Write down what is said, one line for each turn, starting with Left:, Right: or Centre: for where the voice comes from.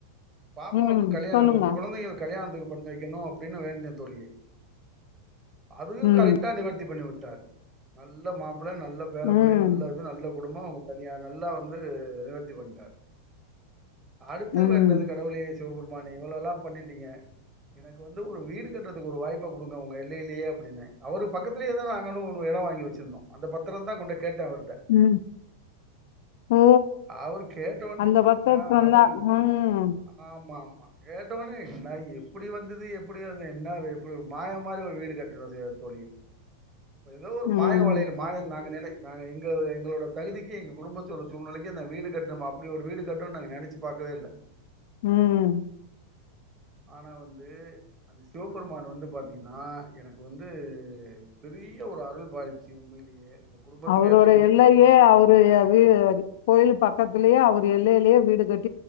Right: பாப்பாவுக்கு
Left: ம்,
Right: கல்யா
Left: சொல்லுங்க.
Right: <unintelligible> கொழந்தைங்களுக்கு கல்யாணத்துக்கு பண்ணி வைக்கணு அப்டின்னு வேண்ட்னே தோழி அதயு
Left: ம்,
Right: கரெக்டா நிவர்த்தி பண்ணி உட்டார் ம நல்ல மாப் புள்ள நல்ல பேர புள்ளைங்க
Left: ம்,
Right: நல்ல இது நல்ல குடும்போ அவுங்க தனியா நல்லா வந்து நிவர்த்தி பண்டார் அடுத்து
Left: ம்,
Right: வேண்னது கடவுளே சிவபெருமானே இவளோல்லா பண்ணிட்டீங்க எனக்கு வந்து ஒரு வீடு கட்டறதுக்கு ஒரு வாய்ப்பு குடுங்க உங்க எல்லையிலே அப்பிடின்னே அவரு பக்கத்திலே தா நாங்களு ஒரு எடோ வாங்கி வெச்சிருந்தோ அந்த பத்துரோ தா கொண்டே கேட்ட அவருட்ட
Left: ம். ஓ
Right: அவரு கேட்டவொன்னே
Left: அந்த பத்தரத்துல
Right: அ அவரு
Left: தான்
Right: வந்து
Left: ம்
Right: ஆமா ஆம் மா கேட்டவொன்னே என்ன எப்புடி வந்தது எப்புடி அது என்ன எப்புட் ஒரு மாய மாரி ஒரு வீடு கட்டுனோ செ தோழி ஏதோ ஒரு
Left: ம்
Right: மாய வலையில மாயோ நாங்க நெனை நாங்க எங்க எங்களோட தகுதிக்கி எங்க குடும்பத்தோட சூழ்நலைக் கி அந்த வீடு கட்டணம்மா அப்புடி ஒரு வீடு கட்றோன் நாங்க நெனைச்சு பாக்கவே இல்ல
Left: ம்
Right: ஆனா வந்து அந்த சிவபெருமான் வந்து பாத்தீங்கன்னா எனக்கு வந்து பெரிய ஒரு அருள் பாதிச்சி உண்மையிலேயே எங்க குடும்பத்துக்கே
Left: அவரோட
Right: சுபிச்சமான
Left: எல்லையிலேயே அவரு வீடு கோயிலு பக்கத் துலேயே அவரு எல்லையிலேயே வீடு கட்